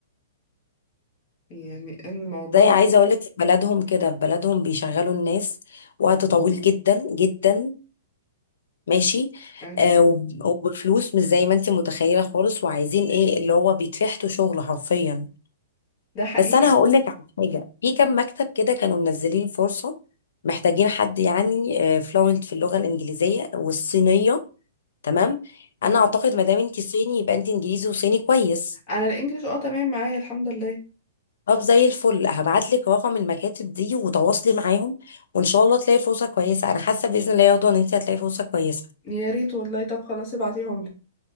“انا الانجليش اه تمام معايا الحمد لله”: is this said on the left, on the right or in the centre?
Left